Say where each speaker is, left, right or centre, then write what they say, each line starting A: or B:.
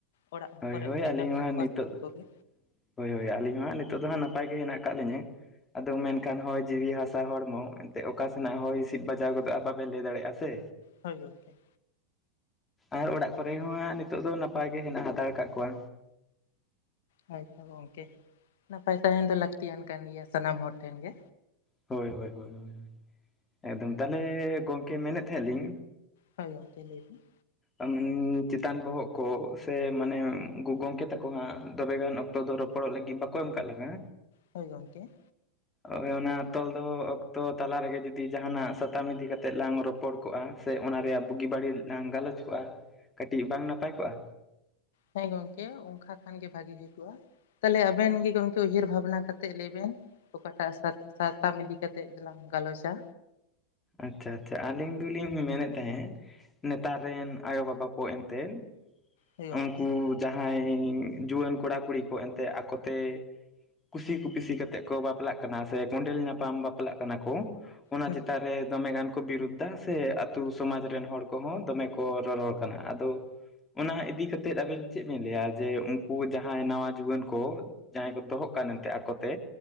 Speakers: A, on the left; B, on the left.
A: ᱚᱲᱟᱜ
B: ᱦᱳᱭ
A: ᱠᱚᱨᱮᱜ
B: ᱦᱳᱭ
A: ᱪᱮᱫᱠᱟ
B: ᱟᱹᱞᱤᱧ
A: ᱢᱮᱱᱟᱜ
B: ᱦᱚᱸ ᱦᱟᱸᱜ
A: ᱠᱚᱣᱟ
B: ᱱᱤᱛᱚᱜ
A: ᱥᱟᱱᱟᱢ ᱠᱚᱜᱮ?
B: ᱦᱳᱭ ᱦᱳᱭ ᱟᱹᱞᱤᱧ ᱦᱚᱸ ᱦᱟᱸᱜ ᱱᱤᱛᱚᱜ ᱫᱚ ᱦᱟᱸᱜ ᱱᱟᱯᱟᱭ ᱜᱮ ᱦᱮᱱᱟᱜ ᱠᱟᱜ ᱞᱤᱧᱟᱹ᱾ ᱟᱫᱚ ᱢᱮᱱᱠᱷᱟᱱ ᱦᱚᱭ ᱡᱤᱣᱤ ᱦᱟᱥᱟ ᱦᱚᱲᱢᱚ ᱮᱱᱛᱮᱫ ᱚᱠᱟ ᱥᱮᱱᱟᱜ ᱦᱚᱭ ᱦᱤᱸᱥᱤᱫ ᱵᱟᱡᱟᱣ ᱜᱚᱫᱚᱜᱼᱟ ᱵᱟᱵᱮᱱ ᱞᱟᱹᱭ ᱫᱟᱲᱮᱭᱟᱜᱼᱟ ᱥᱮ᱾
A: ᱦᱳᱭ ᱜᱚᱝᱠᱮ᱾
B: ᱟᱨ ᱚᱲᱟᱜ ᱠᱚᱨᱮ ᱦᱚᱸ ᱦᱟᱸᱜ ᱱᱤᱛᱳᱜ ᱫᱚ ᱱᱟᱯᱟᱭ ᱜᱮ ᱦᱮᱱᱟᱜ ᱦᱟᱛᱟᱲ ᱠᱟᱜ ᱠᱚᱣᱟ᱾
A: ᱦᱚᱭ ᱛᱚ ᱜᱚᱝᱠᱮ, ᱱᱟᱯᱟᱭ ᱛᱟᱦᱮᱱ ᱫᱚ ᱞᱟᱹᱠᱛᱤᱭᱟᱱ ᱠᱟᱱ ᱜᱮᱭᱟ ᱥᱟᱱᱟᱢ ᱦᱚᱲ ᱴᱷᱮᱱ ᱜᱮ᱾
B: ᱦᱳᱭ ᱦᱳᱭ ᱦᱳᱭ ᱦᱳᱭ ᱮᱠᱫᱚᱢ ᱛᱟᱦᱞᱮ ᱜᱚᱝᱠᱮ ᱢᱮᱱᱮᱫ ᱛᱟᱦᱮᱸᱫ ᱞᱤᱧ
A: ᱦᱚᱭ ᱜᱚᱝᱠᱮ ᱞᱟᱹᱭ ᱵᱤᱱ᱾
B: <unintelligible> ᱪᱮᱛᱟᱱ ᱵᱚᱦᱚᱜ ᱠᱚ ᱥᱮ ᱢᱟᱱᱮ ᱩᱱᱠᱩ ᱜᱚᱝᱠᱮ ᱛᱟᱠᱚ ᱦᱟᱸᱜ ᱫᱚᱵᱮᱜᱟᱱ ᱚᱠᱛᱚ ᱫᱚ ᱨᱚ ᱯᱚᱲᱚᱜ ᱞᱟᱹᱜᱤᱫ ᱵᱟᱠᱚ ᱮᱢ ᱠᱟᱜ ᱞᱟᱝᱟ᱾
A: ᱦᱚᱭ ᱜᱚᱝᱠᱮ᱾
B: ᱦᱳᱭ ᱚᱱᱟ ᱛᱚᱞ ᱫᱚᱦᱚ ᱚᱠᱛᱚ ᱛᱟᱞᱟ ᱨᱮᱜᱮ ᱡᱩᱫᱤ ᱡᱟᱦᱟᱱᱟᱜ ᱥᱟᱛᱟᱢ ᱤᱫᱤ ᱠᱟᱛᱮᱫ ᱞᱟᱝ ᱨᱚᱯᱚᱲ ᱠᱚᱜᱼᱟ᱾ ᱥᱮ ᱚᱱᱟ ᱨᱮᱭᱟᱜ ᱵᱩᱜᱤ ᱵᱟᱹᱲᱤᱡ ᱞᱟᱝ ᱜᱟᱞᱚᱪ ᱠᱚᱜᱼᱟ, ᱠᱟᱹᱴᱤᱡ ᱵᱟᱝ ᱱᱟᱯᱟᱭ ᱠᱚᱜᱼᱟ?
A: ᱦᱮᱸ ᱜᱚᱝᱠᱮ ᱚᱱᱠᱟ ᱠᱷᱟᱱ ᱜᱮ ᱵᱷᱟᱜᱤ ᱦᱩᱭ ᱠᱚᱜᱼᱟ᱾ ᱛᱟᱦᱞᱮ ᱟᱵᱮᱱ ᱜᱮ ᱜᱚᱝᱠᱮ ᱩᱭᱦᱟᱹᱨ ᱵᱷᱟᱵᱱᱟ ᱠᱟᱛᱮᱫ ᱞᱟᱹᱭ ᱵᱮᱱ᱾ ᱚᱠᱟᱴᱟᱜ ᱥᱟᱛ ᱥᱟᱛᱟᱢ ᱤᱫᱤ ᱠᱟᱛᱮᱫ ᱜᱮᱞᱟᱝ ᱜᱟᱞᱚᱪᱟ?
B: ᱟᱪᱪᱷᱟ ᱟᱪᱪᱷᱟ ᱟᱹᱞᱤᱧ ᱫᱩᱞᱤᱧ ᱢᱮᱱᱮᱫ ᱛᱟᱦᱮᱸᱫ ᱱᱮᱛᱟᱨ ᱨᱮᱱ ᱟᱭᱳᱵᱟᱵᱟ ᱠᱚ ᱮᱱᱛᱮᱫ,
A: ᱦᱳᱭ ᱜᱚᱝᱠᱮ
B: ᱩᱱᱠᱩ ᱡᱟᱦᱟᱸᱭ ᱡᱩᱣᱟᱹᱱ ᱠᱚᱲᱟ ᱠᱩᱲᱤ ᱠᱚ ᱮᱱᱛᱮᱫ ᱟᱠᱚ ᱛᱮ ᱠᱩᱥᱤ ᱠᱩᱯᱤᱥᱤ ᱠᱟᱛᱮᱜ ᱠᱚ ᱵᱟᱯᱞᱟᱜ ᱠᱟᱱᱟ ᱥᱮ ᱠᱚᱸᱰᱮᱞ ᱧᱟᱯᱟᱢ ᱵᱟᱯᱞᱟᱜ ᱠᱟᱱᱟ ᱠᱚ, ᱚᱱᱟ
A: ᱦᱩᱸ
B: ᱪᱮ ᱛᱟ ᱨᱮ ᱫᱚᱢᱮ ᱜᱟᱱ ᱠᱚ ᱵᱤᱨᱩᱫᱽᱫᱟ ᱥᱮ ᱟᱹᱛᱩ ᱥᱚᱢᱟᱡᱽ ᱨᱮᱱ ᱦᱚᱲ ᱠᱚᱦᱚᱸ ᱫᱚᱢᱮ ᱠᱚ ᱨᱚᱨᱚᱲ ᱠᱟᱱᱟ ᱟᱫᱚ ᱚᱱᱟ ᱤᱫᱤ ᱠᱟᱛᱮᱫ ᱟᱹᱵᱤᱱ ᱪᱮᱫ ᱵᱤᱱ ᱞᱟᱹᱭᱟ ᱡᱮ ᱩᱱᱠᱩ ᱡᱟᱦᱟᱸᱭ ᱱᱟᱣᱟ ᱡᱩᱣᱟᱹᱱ ᱠᱚ ᱡᱟᱦᱟᱸᱭ ᱠᱚ ᱫᱚᱦᱚᱜ ᱠᱟᱱ ᱮᱱᱛᱮ ᱟᱠᱚᱛᱮ